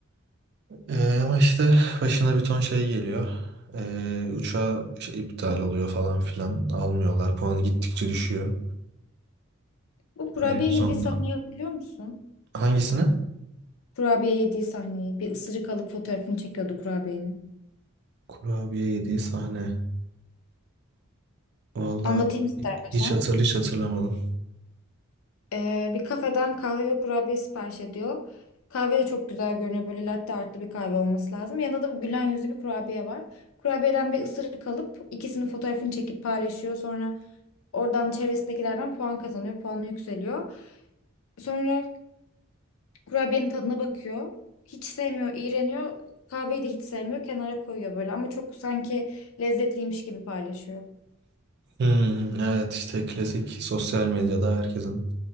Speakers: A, on the right; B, on the left.
A: Ee, ama işte başına bir ton şey geliyor. Ee, uçağı şey, iptal oluyor falan filan. Almıyorlar. Puanı gittikçe düşüyor.
B: Bu kurabiye
A: Böyle en sonunda.
B: yediği sahneyi hatırlıyor musun?
A: Hangisine?
B: Kurabiye yediği sahneyi. Bir ısırık alıp fotoğrafını çekiyordu kurabiyenin.
A: Kurabiye yediği sahne. Vallahi
B: Anlatayım istersen.
A: hiç hatırlı hiç hatırlamadım.
B: Ee, bir kafeden kahve ve kurabiye sipariş ediyor. Kahve de çok güzel görünüyor. Böyle latte artlı bir kahve olması lazım. Yanında da bir gülen yüzlü bir kurabiye var. Kurabiyeden bir ısırık alıp ikisinin fotoğrafını çekip paylaşıyor. Sonra oradan çevresindekilerden puan kazanıyor. Puanı yükseliyor. Sonra kurabiyenin tadına bakıyor. Hiç sevmiyor, iğreniyor. Kahveyi de hiç sevmiyor. Kenara koyuyor böyle ama çok sanki lezzetliymiş gibi paylaşıyor.
A: Hmm, evet işte klasik sosyal medyada herkesin